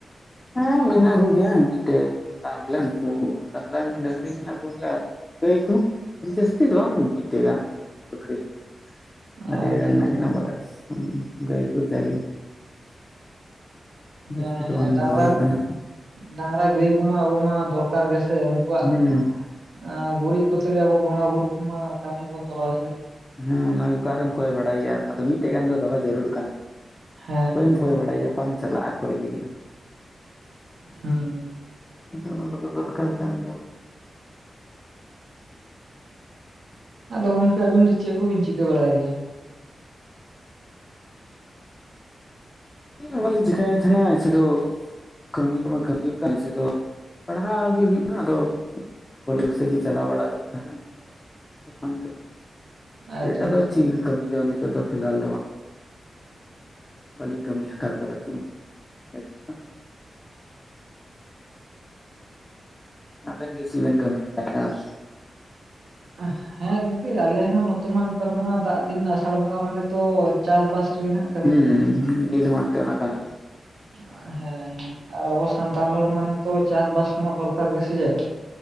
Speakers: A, on the left; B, on the right.
A: ᱦᱮᱸ ᱢᱮᱱᱟᱜ ᱠᱚᱜᱮᱭᱟ ᱢᱤᱫᱴᱮᱡ ᱫᱟᱢ ᱜᱮᱞᱮ ᱱᱠᱩ ᱰᱟᱝᱨᱟ ᱰᱟᱝᱨᱤ ᱢᱮᱱᱟᱜ ᱠᱚᱜᱮᱭᱟ ᱟᱨ ᱜᱟᱹᱭ ᱠᱚ ᱡᱟᱹᱥᱛᱤ ᱫᱚ ᱵᱟᱝ ᱢᱤᱫᱴᱮᱱ ᱜᱟᱱ <unintelligible> ᱵᱟᱨᱭᱟ
B: ᱟᱪᱪᱷᱟ
A: ᱜᱟᱱ ᱢᱮᱱᱟᱜ
B: ᱟᱪᱪᱷᱟ
A: ᱠᱤᱱᱟ ᱵᱟᱥ ᱦᱩᱸ ᱜᱟᱹᱭ ᱠᱚ ᱡᱟ ᱜᱮ᱾
B: ᱦᱮᱸ
A: ᱡᱟᱹᱥᱛᱤ ᱫᱚ
B: ᱦᱮᱸ
A: ᱵᱟᱝ
B: ᱰᱟᱝᱨᱟ
A: ᱫᱚᱦᱚ ᱦᱩᱭ ᱠᱟᱱᱟ᱾
B: ᱰᱟᱝᱨᱟ ᱜᱟᱹᱭ ᱠᱚᱢᱟ ᱟᱵᱟᱢᱟ ᱫᱚᱨᱠᱟᱨ ᱜᱮ ᱥᱮ ᱩᱱᱠᱩᱣᱟᱜ
A: ᱦᱩᱸ ᱦᱮᱸ
B: ᱟ ᱜᱩᱨᱤᱡ ᱠᱚᱛᱮ ᱜᱮ ᱟᱵᱚ ᱵᱚᱸᱜᱟ ᱵᱩᱨᱩ ᱢᱟ ᱠᱟᱹᱢᱤ ᱵᱚᱱ ᱛᱚᱨᱟᱣᱟ ᱥᱮ᱾
A: ᱦᱮᱸ ᱚᱱᱟ ᱜᱮ ᱚᱠᱟᱮᱢ ᱠᱚᱭ ᱵᱟᱲᱟᱭᱮᱭᱲ ᱟᱨ ᱚᱱᱟ ᱢᱤᱫᱴᱮᱡ ᱜᱟᱱ ᱫᱚᱦᱚ ᱡᱟᱹᱨᱩᱲ ᱠᱟᱱ ᱜᱮᱭᱟ᱾
B: ᱦᱮᱸ
A: ᱚᱠᱚᱭᱮᱢ ᱠᱚᱭ ᱵᱟᱲᱟᱭᱭᱟ, ᱚᱠᱟᱢ ᱪᱟᱞᱟᱜᱼᱟ ᱠᱚᱭ ᱞᱟᱹᱜᱤᱫ ᱦᱚᱸ᱾
B: ᱦᱩᱸ᱾
A: <unintelligible> ᱚᱱᱟ ᱠᱚᱫᱚ ᱫᱚᱨᱠᱟᱨ ᱠᱟᱱ ᱜᱮᱭᱟ᱾
B: ᱟᱫᱚ ᱜᱚᱝᱠᱮ ᱟᱵᱤᱱ ᱫᱚ ᱪᱮᱫ ᱠᱚᱵᱤᱱ ᱪᱤᱠᱟᱹ ᱵᱟᱲᱟᱭ ᱜᱮᱭᱟ?
A: ᱪᱮᱫ ᱦᱚᱸ ᱵᱟᱞᱤᱧ ᱪᱮᱠᱟᱭ ᱛᱟᱦᱮᱱᱟ <unintelligible> ᱫᱚ ᱠᱟᱹᱢᱤ ᱫᱚ ᱵᱟᱝ ᱠᱟᱹᱢᱤ ᱦᱩᱭᱩᱜ ᱠᱟᱱᱟ ᱚᱱᱮ ᱥᱩᱫᱩ ᱯᱟᱲᱦᱟᱜ ᱜᱮ ᱦᱩᱭᱩᱜ ᱠᱟᱱᱟ ᱾ᱟᱫᱚ ᱠᱚᱞᱮᱡᱽ ᱥᱮᱫ ᱜᱮ ᱪᱟᱞᱟᱣ ᱵᱟᱲᱟ ᱦᱩᱭᱩᱜ ᱛᱟᱦᱮᱱᱟ᱾ ᱛᱚᱠᱷᱚᱱ ᱛᱮᱞᱟ᱾
B: ᱟᱪᱪᱷᱟ
A: ᱟᱨ ᱮᱴᱟᱜ
B: ᱟᱪᱪᱷᱟ
A: ᱫᱚ ᱪᱮᱜ ᱠᱟᱹᱢᱤ ᱫᱚ ᱱᱤᱛᱚᱜ ᱫᱚ ᱯᱷᱤᱦᱟᱞ ᱫᱚ ᱵᱟᱝ᱾ ᱵᱟᱹᱞᱤᱧ ᱠᱟᱹᱢᱤ ᱦᱟᱛᱟᱲ ᱟᱠᱟᱫᱟ ᱪᱮᱫ ᱦᱚᱸ ᱵᱚᱞᱮ ᱵᱮᱥᱤ ᱫᱚ᱾ ᱟᱵᱮᱱ ᱜᱮ ᱪᱮᱜ ᱵᱤᱱ ᱠᱟᱹᱢᱤ ᱵᱟᱲᱟᱭᱫᱟ ᱟᱨ?
B: <inaudible> ᱦᱮᱸ ᱜᱚᱝᱠᱮ ᱟᱞᱮ ᱦᱚᱸ ᱱᱚᱛᱮ ᱢᱟ, ᱱᱮᱛᱟᱨ ᱢᱟ ᱫᱟᱜ ᱫᱤᱱ ᱟᱥᱟᱲ ᱵᱚᱸᱜᱟ ᱢᱟᱱᱮ ᱛᱚ ᱪᱟᱥ ᱵᱟᱥ ᱨᱮᱜᱮ ᱦᱟᱜ
A: ᱦᱩᱸ ᱱᱤᱛ ᱱᱤᱜ ᱢᱟ ᱮᱱᱛᱮ ᱚᱱᱟ ᱠᱟᱱ ᱜᱮ᱾
B: ᱦᱮᱸ ᱦᱮᱸ ᱟᱨ ᱟᱵᱚ ᱥᱟᱱᱛᱟᱲ ᱦᱚᱲ ᱢᱟᱱᱮ ᱛᱚ ᱪᱟᱥᱵᱟᱥ ᱠᱚᱢᱟ ᱫᱚᱨᱠᱟᱨ ᱜᱮ, ᱥᱮ ᱪᱮᱫ?